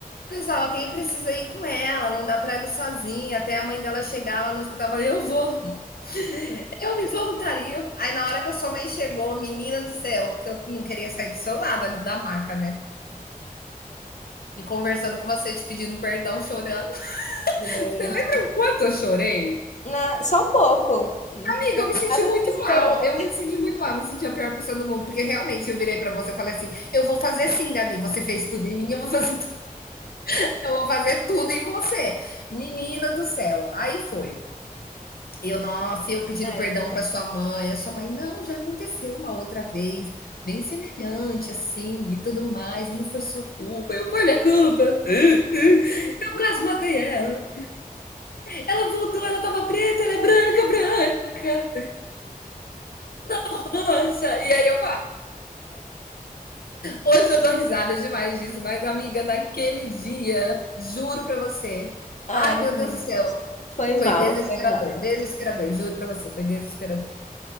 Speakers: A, on the left; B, on the left.
A: Pessoal, quem precisa ir com ela, não dá pra ela ir sozinha. Até a mãe dela chegar lá no hospital, eu falei, eu vou, eu me voluntario. Aí na hora que a sua mãe chegou, menina do céu, que eu não queria sair do seu lado ali da maca, né? E conversando com você, te pedindo perdão, chorando. <laughs>
B: Gente.
A: Você lembra o quanto eu chorei?
B: Na- só um pouco.
A: Amiga, eu me senti
B: Nada
A: muito
B: de esperar
A: mal. Eu me senti muito mal, eu me senti a pior pessoa do mundo. Porque realmente eu virei pra você e falei assim: eu vou fazer sim, Gabi. Você fez tudo em mim, eu vou fazer, tu- <laughs> eu vou fazer tudo em você. Menina do céu. Aí foi. Eu, nossa, eu pedindo
B: Ai,
A: perdão pra sua mãe. A sua mãe, não, já aconteceu uma outra vez, bem semelhante, assim, e tudo mais. Não foi sua culpa. Eu, foi minha culpa. <laughs> Eu quase matei ela. Ela voltou, ela tava preta, ela é branca, branca, roxa. E aí eu, Hoje eu dou risada demais disso, mas amiga, naquele dia, juro para você.
B: ai,
A: Ai, meu
B: né?
A: Deus do céu,
B: foi mal,
A: foi desesperador,
B: foi mal.
A: desesperador, juro para você, foi desesperador.